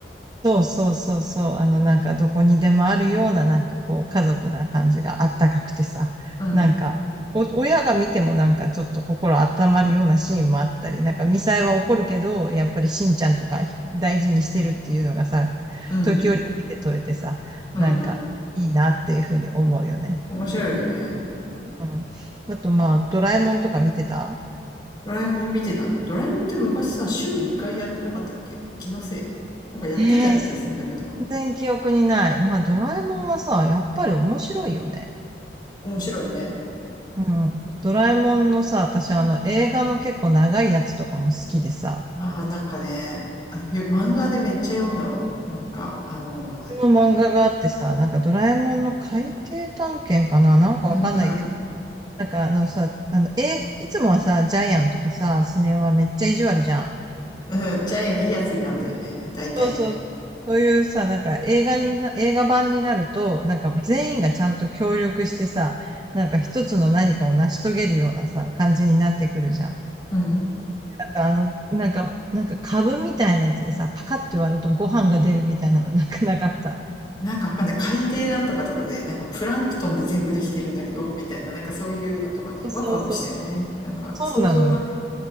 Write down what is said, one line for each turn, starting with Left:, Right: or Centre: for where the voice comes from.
Right: そうそうそうそう。あの、なんかどこにでもあるような、なんかこう、家族な感じがあったかくてさ。
Left: うん、
Right: なんか、お、親が見てもなんかちょっと心温まるようなシーンもあったり、なんかミサイは怒るけど、やっぱりしんちゃんとか大事にしてるっていうのがさ、
Left: うん、
Right: 時折見て取れてさ、
Left: うん、
Right: なんかいいなっていうふうに思うよね。
Left: うん。面白いよね。
Right: うん。あとまあ、ドラえもんとか見てた
Left: ドラえもん見てたね。ドラえもんって昔さ、週2回やってなかったっけ気のせい。なんかやってたような気がするんだけど。
Right: ええー、全然記憶にない。まあ、ドラえもんはさ、やっぱり面白いよね。
Left: 面白いね。
Right: うん。ドラえもんのさ、私あの映画の結構長いやつとかも好きでさ、
Left: まあ、なんかね、あのゆ漫画でめっちゃ読んだわ。なんか、あの、
Right: この漫画があってさ、なんかドラえもんの海底探検かななんかわかんないけど。
Left: うんうん、
Right: なんかあのさ、あの、え、いつもはさ、ジャイアンとかさ、スネ夫はめっちゃ意地悪じゃん。
Left: うん、ジャイアンいいやつなんだよね。大体ね。
Right: そうそう。そういうさ、なんか映画にな、映画版になると、なんか全員がちゃんと協力してさ、なんか一つの何かを成し遂げるようなさ、感じになってくるじゃん。
Left: うん。
Right: なんかあの、なんか、なんか株みたいなやつでさ、パカって割るとご飯が出るみたいなの <laughs> なんかなかった。
Left: なんかわかんない。海底なんとかとかで、なんかプランクトンで全部できてるんだけど、みたいな、なんかそういうのとかね、
Right: そうそうそう。
Left: ワクワクしたよね。なんか想像がね、
Right: そうなのよ。